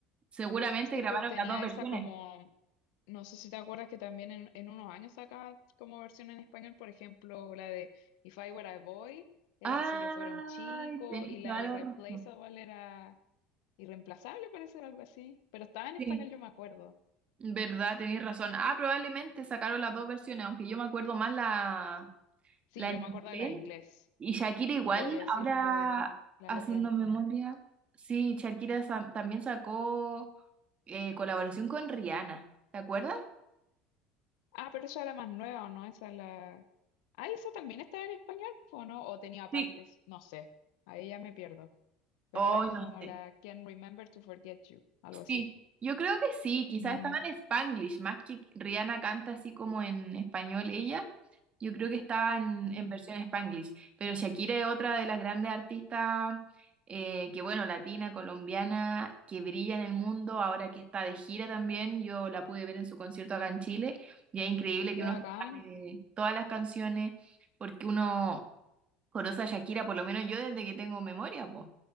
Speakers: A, on the right (about 30°); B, on the left (about 75°).
A: seguramente
B: Tipo
A: grabaron
B: tenía
A: las dos versiones.
B: esa como, no sé si te acuerdas que también en, en unos años acá como versión en español, por ejemplo, la de If I Were a Boy era
A: Ay,
B: Si yo fuera un chico
A: tenéis
B: y la
A: toda
B: Irreplaceable
A: la razón.
B: era irreemplazable, parece algo así, pero estaba en
A: Sí,
B: español, yo me acuerdo.
A: verdad, tenéis razón. Ah, probablemente sacaron las dos versiones, aunque yo me acuerdo más la,
B: Sí,
A: la
B: yo
A: en
B: me acuerdo
A: inglés.
B: de la de inglés,
A: Y Shakira igual,
B: no podría decirte
A: ahora
B: la
A: haciendo
B: letra en español.
A: memoria. Sí, Shakira sa- también sacó eh, colaboración con Rihanna, ¿te acuerdas?
B: Ah, pero esa era más nueva, ¿o no? Esa es la... Ah, ¿eso también estaba en español, o no? ¿O tenía partes?
A: Sí.
B: No sé, ahí ya me pierdo. pero
A: Oh,
B: era como
A: no sé.
B: la Can't Remember to Forget You, algo así.
A: Sí, yo creo que sí, quizás
B: No,
A: estaba en Spanglish, más que Rihanna canta así como en español ella, yo creo que estaba en,
B: mm,
A: en versión Spanglish, pero Shakira es otra de las grandes artistas eh, que bueno, latina, colombiana, que brilla en el mundo, ahora que está de gira también, yo la pude ver en su concierto acá en Chile, y es increíble que
B: qué
A: uno
B: bacán.
A: se sabe todas las canciones, porque uno conoce a Shakira, por lo menos yo desde que tengo memoria, pues.